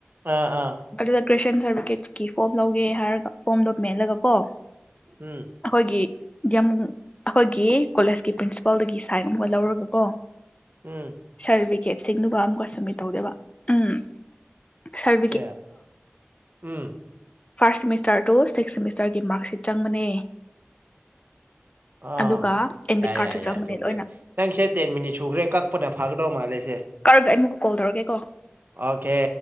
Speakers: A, on the right (about 45°); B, on the left (about 30°).
A: ꯑꯥ ꯑꯥ
B: ꯑꯗꯨꯗ ꯒ꯭ꯔꯦꯁꯟ ꯁꯔꯇꯤꯐꯤꯀꯦꯠꯀꯤ ꯐꯣꯔ꯭ꯃ ꯂꯧ ꯑꯦ ꯍꯥꯏꯔꯒ ꯐꯣꯝꯗꯣ ꯃꯦꯜꯂꯒ ꯀꯣ ꯑꯩꯈꯣꯏꯒꯤ
A: ꯎꯝ
B: ꯌꯥꯝ ꯑꯩꯈꯣꯏꯒꯤ ꯀꯣꯂꯦꯖꯀꯤ ꯄ꯭ꯔꯤꯟꯁꯤꯄꯥꯜꯗꯒꯤ ꯁꯥꯏꯟ ꯑꯃꯒ ꯂꯧꯔꯒꯀꯣ
A: ꯎꯝ
B: ꯁꯔ꯭ꯕꯤꯒꯦꯠ ꯁꯤꯡꯗꯨꯒ ꯑꯃꯨꯛꯀ ꯁꯃꯤꯠ ꯇꯧꯗꯦꯕ ꯎꯝ ꯁꯔ
A: ꯀꯦ ꯎꯝ
B: ꯐꯥꯔ꯭ꯁ ꯁꯦꯃꯤꯁꯇꯔ ꯇꯨ ꯁꯤꯛꯁ ꯁꯦꯃꯤꯁꯇꯔꯒꯤ ꯃꯥꯔꯛꯁꯤꯠ ꯆꯪꯕꯅꯦ
A: ꯑꯥ
B: ꯑꯗꯨꯒ ꯑꯦꯟꯕꯤꯠ
A: ꯌꯥꯏ
B: ꯀꯥꯔꯠꯁꯨ
A: ꯌꯥꯏ ꯌꯥꯏ
B: ꯆꯪꯕꯅꯦ
A: ꯑꯗꯨꯕꯨꯗꯤ
B: ꯂꯣꯏꯅ
A: ꯅꯪꯁꯦ ꯇꯦꯟ ꯃꯤꯅꯤꯠ ꯁꯨꯈ꯭ꯔꯦ ꯀꯛꯄꯅ ꯐꯒꯗꯧ ꯃꯥꯜꯂꯦꯁꯦ
B: ꯀꯛꯔꯒ ꯑꯩ ꯃꯨꯛ ꯀꯣꯜ ꯇꯧꯔꯛꯀꯦꯀꯣ
A: ꯑꯣꯀꯦ